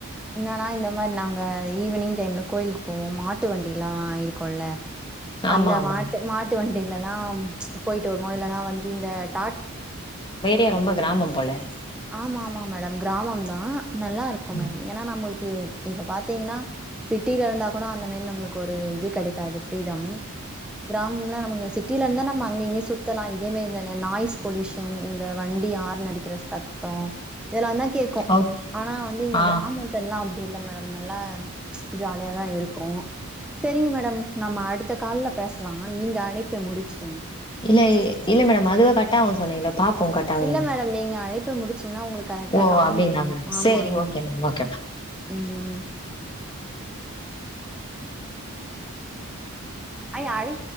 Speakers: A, in the centre; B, on the left.
A: என்னனா இந்த மாரி நாங்க ஈவினிங் டைம்ல கோயிலுக்கு போவோ மாட்டு வண்டிலா இருக்குல்ல
B: ஆமா
A: அந்த
B: ஆமா
A: மாட்டு மாட்டு வண்டி லலாம் ச் போயிட்டு வருவோ இல்லைன்னா வந்து இந்த டாட்
B: யே ரொம்ப கிராமம் போல
A: ஆமா ஆமா மேடம் கிராமம் தா நல்லா இருக்கு
B: ம்
A: மேடம் ஏன்னா நம்மளுக் உ இப்போ பாத்தீங்கன்னா சிட்டில இருந்தா கூட அந்த மே நம்மளுக்கு ஒரு இது கெடைக் அது ஃப்ரீடம் கிராமம்லா நமகு சிட்டியில இருந்தா அங்க இங்யு சுத்தலா இதே மாரி இந்த நாய்ஸ் பொலியூஷன் இந்த வண்டியாரன் அடிக்கிற சத் தோ இதெல்லா தா கேக்கு
B: ஓ
A: ஆனா வந்து இங்க
B: ஆ
A: கிராமத்தல்லா அப்படி இல்ல மேடம் நல்லா ஜாலியாதா இருக்கு சரிங்க மேடம் நம்ம அடுத்த கால்ல பேச் லா நீங்க அனைப்ப முடிச்சிருங்க
B: இல்ல இல்ல <unintelligible> கட் ஆவுதானு
A: இல்ல மேடம் நீங்க அழை ப்ப முடிச்சு னா உங்களுக்கு கரெக்டா
B: ஓ
A: காமிக்கு
B: அப்டிங்களா மேடம்
A: ஆமா
B: சேரி
A: ஆமா
B: ஓகே மேம் ஓகே
A: உ உ அய் அழை